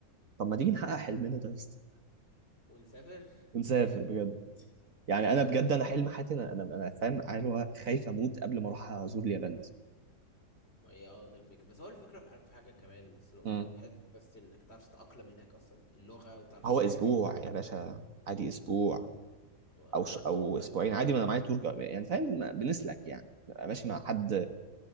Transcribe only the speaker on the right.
طب ما تيجي نحقق حلمنا ده يا اسطى
ونسافر
بجد يعني
انا بجد انا حلم حياتي انا انا أنا فاهم عارف هو خايف اموت قبل ما اروح ازور اليابان مثلا
امم
هو
اسبوع يا باشا عادي اسبوع
او ش...
او
اسبوعين
عادي ما انا معايا تور جا- يعني فاهم ما بنسلك يعني ببقى ماشي مع حد